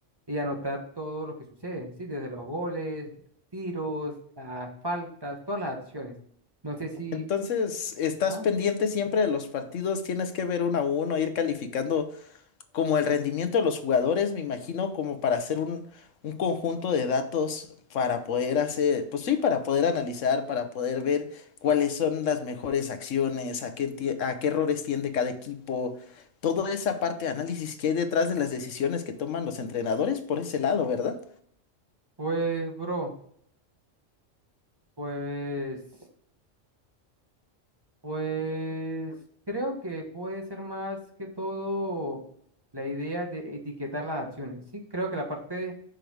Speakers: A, on the right; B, on the left.
A: y anotar todo lo que sucede, ¿sí? Desde los goles, los tiros, las faltas, todas las acciones. No sé si...
B: Entonces, ¿estás
A: Ah,
B: pendiente siempre de los partidos? ¿Tienes que ver uno a uno, ir calificando como el rendimiento de los jugadores, me imagino, como para hacer un, un conjunto de datos para poder hacer, pues sí, para poder analizar, para poder ver cuáles son las mejores acciones, a qué, entie- a qué errores tiende cada equipo, toda esa parte de análisis que hay detrás de las decisiones que toman los entrenadores por ese lado, ¿verdad?
A: pues, bro. Pues, pues creo que puede ser más que todo la idea de etiquetar las acciones, ¿sí? Creo que la parte